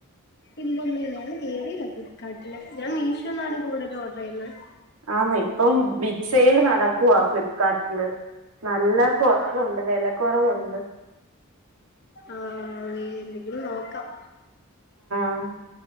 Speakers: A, on the left; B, on the right.
A: ഇല്ലല്ല ഞാൻ കേറിയില്ല ഫ്ലിപ്കാർട്ടില് ഞാൻ മീഷോന്നാണ് കൂടുതലും ഓഡ്റ് ചെയ്യുന്നത്
B: ആഹ് ഇപ്പം ബിങ് സൈല് നടക്കുവാ ഫ്ലിപ്കാർട്ടില് നല്ല കോറവുണ്ട് വേല കോറവുണ്ട്
A: ആഹ് എന്തെങ്കിലും നോക്കാം
B: ആഹ്